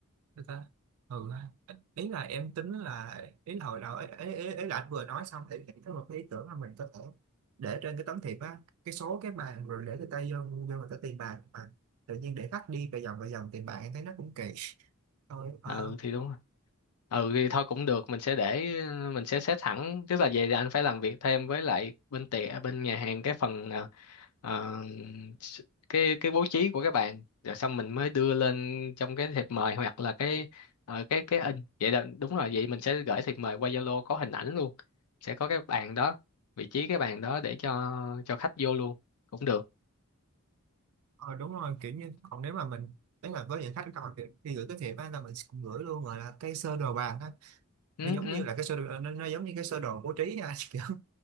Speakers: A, on the right; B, on the left.
A: Thế ta ừ ha. ý là em tính là ý là hồi đầu ấy, ấy, ấy, ấy là anh vừa nói xong thì em có một cái ý tưởng là mình có thể để trên cái tấm thiệp á cái số cái bàn rồi để cái tay vô vô người ta tiền bạc mà tự nhiên để khách đi vài vòng vài vòng tiền bạc em thấy nó cũng kỳ thôi ờ
B: ừ thì đúng ừ thì thôi cũng được mình sẽ để mình sẽ set thẳng tức là vậy thì anh phải làm việc thêm với lại bên tiệm bên nhà hàng cái phần ờ, ờ, s- cái cái bố trí của các bạn rồi xong mình mới đưa lên trong cái thiệp mời hoặc là cái ờ, cái cái in vậy là đúng rồi vậy mình sẽ gửi thiệp mời qua Zalo có hình ảnh luôn sẽ có cái bàn đó vị trí cái bàn đó để cho cho khách vô luôn cũng được
A: ờ, đúng rồi kiểu như còn nếu mà mình đấy là với những khách còn thì, thì gửi cái thiệp á là mình cũng gửi luôn gọi là cái sơ đồ bàn á
B: ừ
A: nó giống
B: ừ
A: như là cái sơ đồ nó, nó giống như cái sơ đồ bố trí á <laughs>